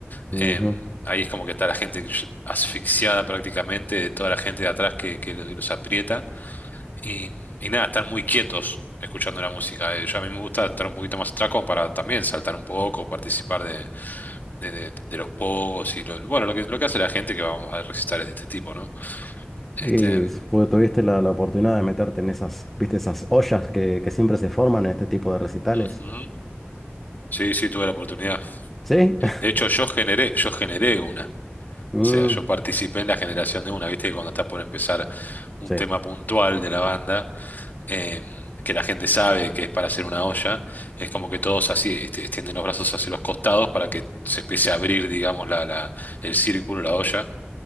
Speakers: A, in the centre; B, on the left (about 45°).
A: Ujú.
B: Em, ahí es como que está la gente asfixiada prácticamente, de toda la gente de atrás que, que los los aprieta y, y nada, están muy quietos escuchando la música. Eh, Yo a mí me gusta estar un poquito más atrás como para también saltar un poco, participar de, de, de- de los pogos y lo, bueno, lo que, lo que hace la gente que va a recitar es de este tipo, ¿no? Este,
A: Y s- pues, tuviste la, la oportunidad de meterte en esas, viste, esas ollas que, que siempre se forman en este tipo de recitales.
B: ujú. Sí, sí, tuve la oportunidad.
A: ¿Sí? <laughs>
B: De hecho, yo generé, yo generé una. O
A: Mm,
B: sea, yo participé en la generación de una, viste que cuando está por empezar un
A: sí.
B: tema puntual de la banda, em, que la gente sabe que es para hacer una olla, es como que todos así este, extienden los brazos hacia los costados para que se empiece a abrir, digamos, la, la- el círculo, la olla.